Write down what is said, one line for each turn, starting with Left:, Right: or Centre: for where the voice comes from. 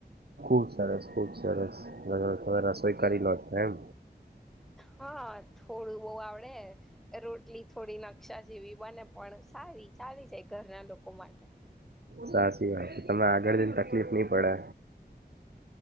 Right: ખુબ સરસ ખુબ સરસમે રસોઈ કરી લો છો એમ
Centre: હા થોડું બહુ આવડે રોટલી થોડી નકશા જેવી બને પણ સારી ચાલી જાય ઘરના લોકો માટે
Right: સાચી વાત છે તમે આગળ જને તકલીફ નહી પડે